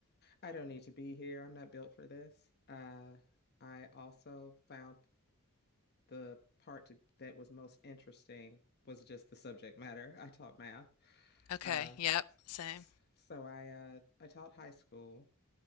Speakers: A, on the left (about 50°); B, on the left (about 85°).
A: I don't need to be here. I'm not built for this. Uh, I also found the part to, that was most interesting was just the subject matter. <laughs> I taught math.
B: Okay.
A: Uh,
B: Yep. Same.
A: s- so I uh, I taught high school